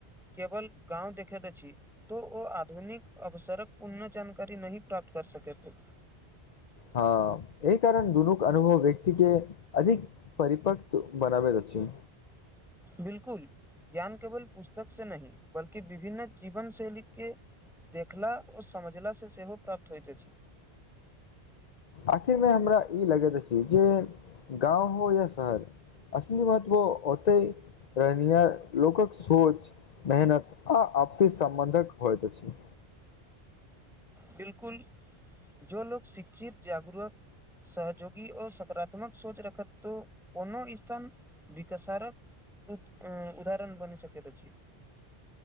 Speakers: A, in the centre; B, on the left.
A: केवल गाँंव देखत अछि तऽ ओ आधुनिक अवसरक पूर्ण जानकारी नहि प्राप्त कऽ सकत।
B: हँ एहि कारण दुनूके अनुभव व्यक्ति के अधिक परिपकव बनाबैत अछि
A: बिलकुल, ज्ञान केवल पुस्तक सँ नहि, बल्कि विभिन्न जीवन शैलीके देखला आ बुझला सँ सेहो प्राप्त होइत अछि।
B: आखिर में हमरा ई लगैत अछि जे गाँव हो या शहर असली महत्व औते रहनिय लोकक सोच मेहनत आ आपसी सम्बन्धक होइत अछि
A: बिलकुल जो लोग शिक्षित जागुरक सहजोगी आ सकारात्मक सोच रखत तऽ कोनो स्थान विकासक एक उदाहरण बनि सकैत अछि।